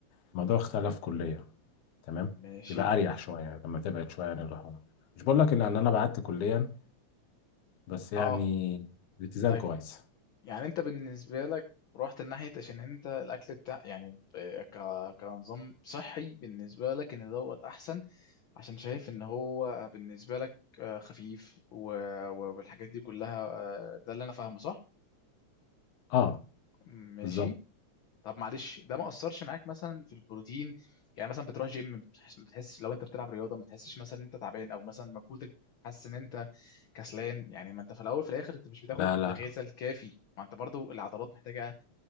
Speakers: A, on the left (about 80°); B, on the left (about 60°).
A: الموضوع اختلف كليا تمام
B: ماشي
A: يبقى أريح شوية لما تبعد شوية عن اللحوم مش بقول لك إن إن أنا بعدت كليا بس يعني
B: اه
A: الاتزان
B: طيب
A: كويس
B: يعني انت بالنسبة لك رحت الناحية عشان انت الاكل بتاع يعني آه، ك... كنظام صحي بالنسبة لك ان دوت احسن عشان شايف ان هو بالنسبة لك آه، خفيف و... والحاجات دي كلها آه، ده اللي انا فاهمه صح؟
A: أه
B: ماشي
A: بالظبط
B: طب معلش ده ما اثرش معاك مثلا في البروتين يعني مثلا بتروح جيم بتحس بتحس لو انت بتلعب رياضه ما بتحسش مثلا ان انت تعبان او مثلا مجهودك حاسس ان انت كسلان يعني ما انت في الاول في الاخر انت مش بتاخد
A: لا لا
B: الغذاء الكافي ما انت برضو العضلات محتاجه